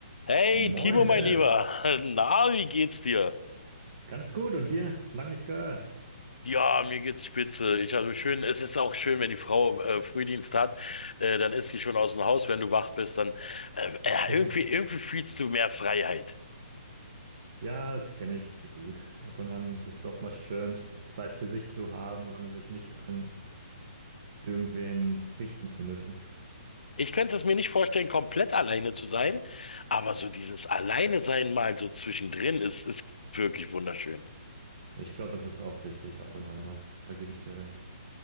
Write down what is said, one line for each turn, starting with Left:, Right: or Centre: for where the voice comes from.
Left: Hey,
Right: Moin
Left: Timo,
Right: Dennis,
Left: mein Lieber. <laughs> Na, wie geht's dir?
Right: ganz gut und dir? Lang nicht gehört.
Left: Ja, mir geht's spitze. Ich habe schön, es ist auch schön, wenn die Frau äh, Frühdienst hat, äh, dann ist sie schon aus dem Haus, wenn du wach bist, dann äh,
Right: <laughs>
Left: äh, ja, irgendwie, irgendwie fühlst du mehr Freiheit.
Right: Ja, das kenne ich zu gut. Ab und an ist es doch mal schön, Zeit für sich zu haben und sich nicht an irgendwen richten zu müssen.
Left: Ich könnte es mir nicht vorstellen, komplett alleine zu sein, aber so dieses Alleine sein mal so zwischendrin ist, ist wirklich wunderschön.
Right: Ich glaube, das ist auch wichtig, ab und an mal. Da gebe ich dir recht.